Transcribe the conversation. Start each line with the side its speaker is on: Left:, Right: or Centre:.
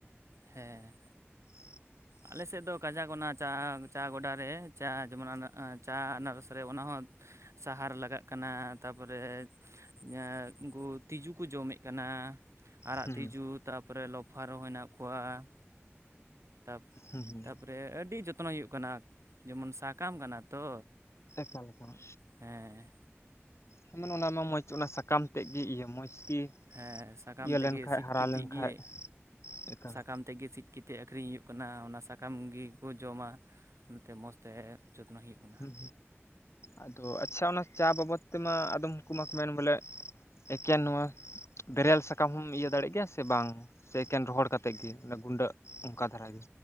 Right: ᱦᱮᱸ
Left: <inaudible>
Right: ᱟᱞᱮ ᱥᱮᱫ ᱫᱚ ᱠᱟᱡᱟᱠ ᱚᱱᱟ ᱪᱟ ᱪᱟ ᱜᱚᱰᱟᱨᱮ ᱪᱟ ᱡᱮᱢᱚᱱ ᱪᱟ ᱟᱱᱟᱨᱚᱥ ᱨᱮ ᱚᱱᱟ ᱦᱚᱸ ᱥᱟᱦᱟᱨ ᱞᱟᱜᱟᱜ ᱠᱟᱱᱟ ᱛᱟᱯᱚᱨᱮ <unintelligible> ᱩᱱᱠᱩ ᱛᱤᱡᱩ ᱠᱚ ᱡᱚᱢᱮᱫ ᱠᱟᱱᱟ ᱟᱨᱟᱜ
Left: ᱦᱩᱸ
Right: ᱛᱤᱡᱩ ᱛᱟᱨᱯᱚᱨᱮ ᱞᱚᱯᱷᱟᱨᱦᱚᱸ ᱦᱮᱱᱟᱜ ᱠᱚᱣᱟ ᱛᱟ
Left: ᱦᱩᱸ ᱦᱩᱸ
Right: ᱛᱟᱯᱚᱨᱮ ᱟᱹᱰᱤ ᱡᱚᱛᱱᱚᱭ ᱦᱩᱭᱩᱜ ᱠᱟᱱᱟ ᱡᱮᱢᱚᱱ ᱥᱟᱠᱟᱢ ᱠᱟᱱᱟ ᱛᱚ
Left: ᱮᱠᱟᱞ ᱮᱠᱟᱞ
Right: ᱦᱮᱸ
Left: ᱦᱩᱸ ᱚᱱᱟ ᱢᱟ ᱢᱚᱡᱽ ᱚᱱᱟ ᱥᱟᱠᱟᱢ ᱛᱮᱫ ᱜᱮ ᱤᱭᱟᱹ ᱢᱚᱡᱽ ᱜᱮ
Right: ᱦᱮᱸ ᱥᱟᱠᱟᱢ
Left: ᱤᱭᱟᱹ
Right: ᱛᱮᱜᱮ
Left: ᱞᱮᱱᱠᱷᱟᱡ
Right: ᱥᱤᱫ
Left: ᱦᱟᱨᱟ
Right: ᱠᱤᱛᱤᱡ
Left: ᱞᱮᱱᱠᱷᱟᱡ
Right: ᱜᱮ
Left: ᱮᱠᱟᱞ
Right: ᱥᱟᱠᱟᱢ ᱛᱮ ᱜᱮ ᱥᱤᱫ ᱠᱟᱛᱮᱫ ᱟᱠᱷᱨᱤᱧ ᱦᱩᱭᱩᱜ ᱠᱟᱱᱟ ᱚᱱᱟ ᱥᱟᱠᱟᱢ ᱜᱮᱠᱚ ᱡᱚᱢᱟ ᱚᱱᱟᱛᱮ ᱢᱚᱸᱡᱽ ᱛᱮ ᱡᱚᱛᱱᱚ ᱦᱩᱭᱩᱜ ᱠᱟᱱᱟ
Left: ᱦᱩᱸ ᱟᱫᱚ ᱟᱪᱪᱷᱟ ᱚᱱᱟ ᱪᱟ ᱵᱟᱵᱚᱛ ᱛᱮᱢᱟ ᱟᱫᱚᱢ ᱦᱩᱠᱩ ᱢᱟᱠᱚ ᱢᱮᱱ ᱵᱚᱞᱮ ᱮᱠᱮᱱ ᱱᱚᱣᱟ ᱵᱮᱨᱮᱞ ᱥᱟᱠᱟᱢ ᱦᱚᱢ ᱤᱭᱟᱹ ᱫᱟᱲᱮᱜ ᱜᱮᱭᱟ ᱥᱮ ᱵᱟᱝ ᱥᱮ ᱮᱠᱮᱱ ᱨᱚᱦᱚᱲ ᱠᱟᱛᱮ ᱜᱮ ᱜᱩᱸᱰᱟᱹᱜ ᱚᱱᱠᱟ ᱫᱷᱟᱨᱟ ᱜᱮ